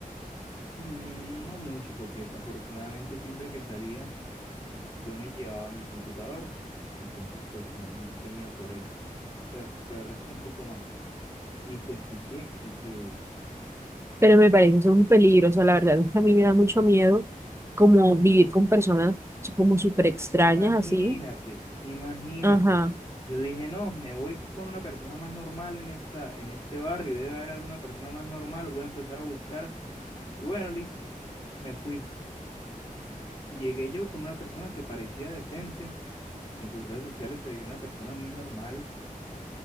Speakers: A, on the left; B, on the right.
A: Mm, No mucho, porque afortunadamente siempre que salía yo me llevaba mi computador, entonces pues no, no temía por eso, pero, pero el resto un poco más. Y pues sí que, que, que,
B: Pero me parece eso un peligro, o sea, la verdad es que a mí me da mucho miedo como vivir con personas como súper extrañas
A: imagínate,
B: así.
A: imagínate.
B: Ajá,
A: Yo dije, no, me voy con una persona más normal en esta, en este barrio, debe haber alguna persona más normal, voy a empezar a buscar. Y bueno, listo, me fui. Llegué yo con una persona que parecía decente, en sus redes sociales se veía una persona muy normal